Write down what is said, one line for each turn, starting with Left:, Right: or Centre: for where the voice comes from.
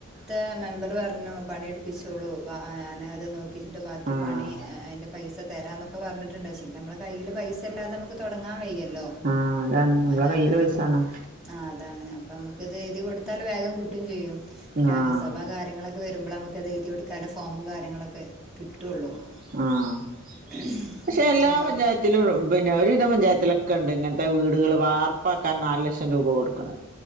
Centre: ത്തെ മെമ്പറ് പറഞ്ഞു പണിയെട്പ്പിച്ചോളു വാ അ ഞാനെ അത് നോക്കിച്ചിട്ട് ബാക്കി
Right: ആഹ്
Centre: പണി അ അയിൻ്റെ പൈസ തെരാന്നൊക്കെ പറഞ്ഞ്ട്ട്ണ്ട് പഷേങ്കില് ഞമ്മളെ കയ്യില് പൈസ് സല്ലാതെ അമക്ക് തൊടങ്ങാൻ വയ്യല്ലോ
Right: ആഹ് അതാണ് നമ്മളെ
Centre: അതാണ്
Right: കയ്യില് പൈസ
Centre: ഉം.
Right: വേണം
Centre: ആഹ് അതാണ് അപ്പമ്മക്ക് ഇത് എഴുതി കൊടുത്താല് വേഗം കിട്ടും ചെയ്യും. ഗ്രാമസഭാ
Right: ആഹ്
Centre: കാര്യങ്ങളൊക്കെ വെരുമ്പള അമക്കത് അത്എഴ്തിയോട്ക്കാലെ ഫോമും കാര്യങ്ങളൊക്കെ കിട്ടൊള്ളൂ. ആഹ്
Right: ആഹ്
Centre: <inaudible>
Right: പഷെ എല്ലാ
Centre: അപ്പ
Right: പഞ്ചായത്തിലു
Centre: അത്
Right: പിന്നെ ഒര് വിധം പഞ്ചായത്തിലൊക്കെണ്ട് ഇങ്ങൻത്തെ വീട്കള് വാർ പ്പാക്കാൻ നാല് ലക്ഷം രൂപ കൊടുക്ക്ണ